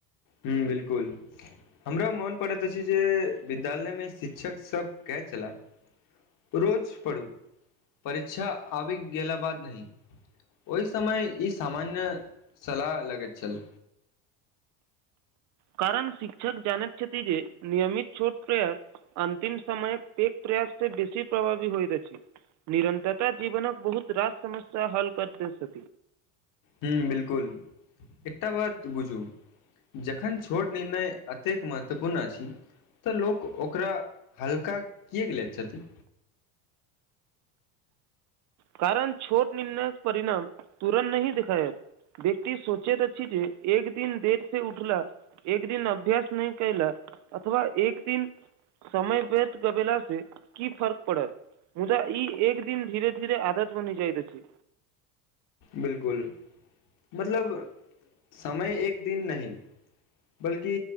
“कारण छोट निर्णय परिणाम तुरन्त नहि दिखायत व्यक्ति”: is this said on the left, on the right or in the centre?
Right